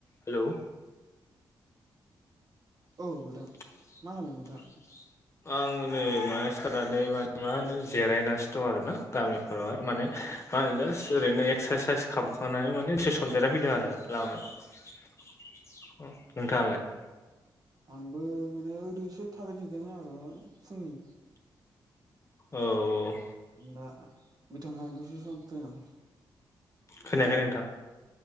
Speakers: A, on the left (about 35°); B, on the right (about 45°).
A: Hello
B: औ नोंथां
A: <inaudible>
B: मा होनो नोंथां
A: आं नै माने सिखारनै माने मा होनो जिरायनानैसो दं आरोना गामिफोरावहाय माने मा होनो जास्ट ओरैनो एक्सारसाइस खालामखांनानै
B: औ
A: माने प्रेस जेराय फैदों आरो लामायाव नोंथाङालाय
B: औ आंबो माने ओरैसो थाबायदिंदों आरो फुंनि
A: औ औ
B: दा बिथाङा दसे सम फ्रि नामा
A: खोनायाखै नोंथां